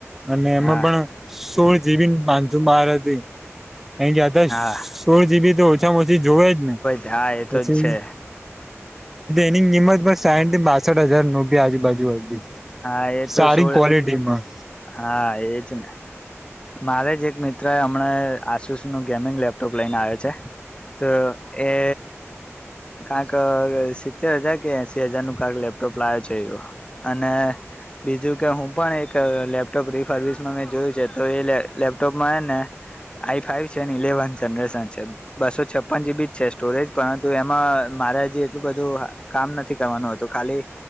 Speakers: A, in the centre; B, on the left.
A: અને એમાં
B: હા
A: પણ સોળ જીબી પાનસો બાર હતી કાંઈ કે તા
B: હા
A: સોળ જીબી તો ઓછામાં ઓ તી જોવે જ ને
B: જ હા એ
A: પછી
B: તો જ છે
A: એની કિંમત પણ સાઈઠ થી બા છેક હજાર નું બી આજુબાજુ હતી
B: હા એ
A: સારી
B: તો સોળ
A: ક્વોલિટીમાં
B: હા એજ ને મારે જ એક મિત્ર હમણા આશુષ નું ગેમિંગ લેપટોપ લઈને આવ છે ત એ કાક સિત્તેર હજાર કે એસી હજાર નું કાક લેપટોપ લાવે છે અને બીજું કે હું પણ એક લેપટોપ રીસર્વિસમાં મેં જોયું છે તો એ લેપટોપમાં ને આઈ ફાઈ છે ઇલેવન જનરેશન છે બસો છપ્પન જીબી જ છે સ્ટોરેજ પરંતુ એ માં મારે હજી એટલું બધું કામ નથી કરવાનું હતું ખાલી